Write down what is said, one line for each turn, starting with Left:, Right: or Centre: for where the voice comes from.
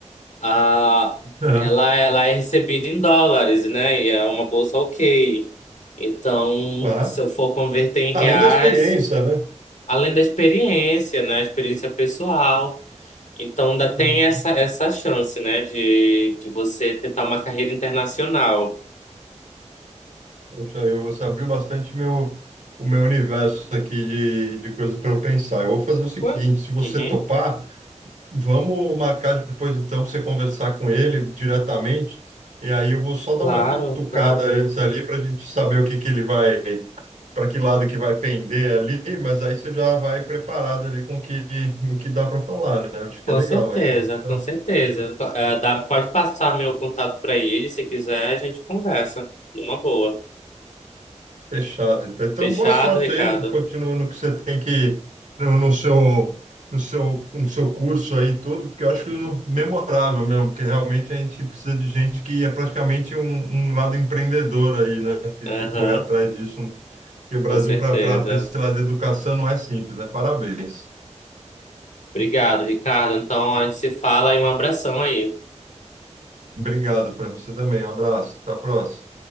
Left: Ah,
Right: Aham.
Left: ela, ela é recebida em dólares, né? E é uma bolsa ok. Então,
Right: Claro.
Left: se eu for converter em
Right: Além
Left: reais,
Right: da experiência, né?
Left: além da experiência, né? Experiência pessoal. Então, ainda
Right: Uhum.
Left: tem essa, essa chance, né? De, de você tentar uma carreira internacional.
Right: Poxa, eu, você abriu bastante meu, o meu universo aqui de, de coisas para eu pensar. Eu vou fazer o seguinte,
Left: Ué?
Right: se você
Left: Uhum,
Right: topar, Vamos marcar depois, então, para você conversar com ele diretamente. E aí eu vou só dar
Left: claro,
Right: uma cutucada
Left: claro.
Right: antes ali para a gente saber o que que ele vai, para que lado que vai pender ali. Mas aí você já vai preparado ali com o que, o que dá para falar, né?
Left: <laughs>
Right: Acho que
Left: Com
Right: é legal.
Left: certeza,
Right: Aí a gente
Left: com
Right: já
Left: certeza. É, dá- pode passar meu contato para ele, se quiser, a gente conversa. Numa boa.
Right: Fechado. Então, Então,
Left: Fechado,
Right: boa sorte
Left: Ricardo?
Right: aí. Continua no que você tem que no, no seu no seu no seu curso aí e tudo, porque eu acho memorável mesmo, porque realmente a gente precisa de gente que é praticamente um, um lado empreendedor aí, né? Que
Left: Aham,
Right: ia correr atrás disso. E o Brasil
Left: com certeza.
Right: para para esse lado de educação não é simples, né? Parabéns.
Left: Obrigado, Ricardo. Então, a gente se fala e um abração aí.
Right: Obrigado para você também. Um abraço. Até a próxima.